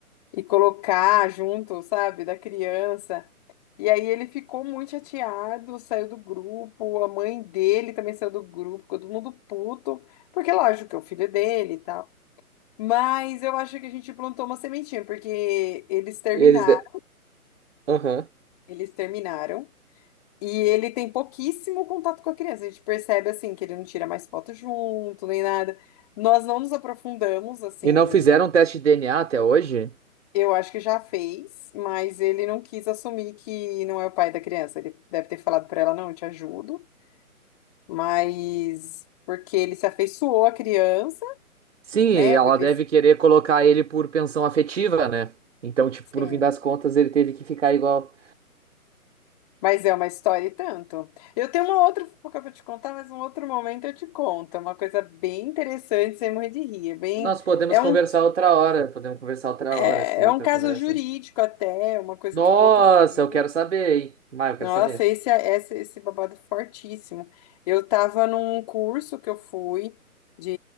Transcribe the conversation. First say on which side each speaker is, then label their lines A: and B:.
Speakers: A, on the left (about 25°); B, on the right (about 50°).
A: e colocar junto, sabe, da criança. E aí ele ficou muito chateado, saiu do grupo, a mãe dele também saiu do grupo, ficou todo mundo puto, porque lógico que é o filho dele e tal. Mas eu acho que a gente plantou uma sementinha, porque eles terminaram,
B: Eles. De... Aham.
A: eles terminaram. E ele tem pouquíssimo contato com a criança. A gente percebe assim que ele não tira mais foto junto, nem nada. Nós não nos aprofundamos assim
B: E não fizeram um teste de DNA até hoje?
A: Eu acho que já fez, mas ele não quis assumir que não é o pai da criança. Ele deve ter falado para ela, não, eu te ajudo, mas porque ele se afeiçoou à criança,
B: Sim,
A: né?
B: e ela
A: O bebê,
B: deve querer colocar ele por pensão afetiva, né? Então, tipo,
A: sim.
B: no fim das contas, ele teve que ficar igual.
A: Mas é uma história e tanto. Eu tenho uma outra fofoca para te contar, mas um outro momento eu te conto. É Uma coisa bem interessante, sem morrer de rir. É bem,
B: Nós podemos
A: é
B: conversar
A: um,
B: outra hora, podemos conversar outra
A: é,
B: hora, assim,
A: é
B: outra
A: um caso
B: conversa.
A: jurídico até, uma coisa
B: Nossa,
A: que aconteceu.
B: eu quero saber, hein? Mas eu quero
A: Nossa,
B: saber.
A: esse, é, esse, esse babado é fortíssimo. Eu tava num curso que eu fui de